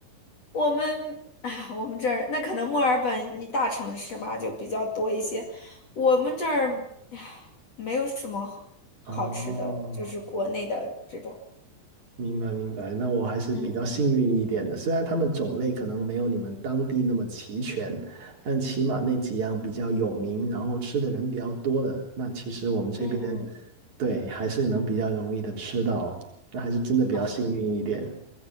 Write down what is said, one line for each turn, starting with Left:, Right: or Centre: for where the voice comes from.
Left: 我们啊，我们这儿那可能墨尔本你大城市嘛，就比较多一些，我们这儿唉没有什么好好吃的，
Right: 哦，
Left: 就是国内的这种，
Right: 明白明白，那我还是比较幸运一点的，
Left: 嗯
Right: 虽然他们种类可能没有你们当地那么齐全，但起码那几样比较有名，然后吃的人比较多的，那其实我们这边，
Left: 嗯嗯，
Right: 对，还是能比较容易的吃到，那还是真的比较幸运一点。
Left: 哦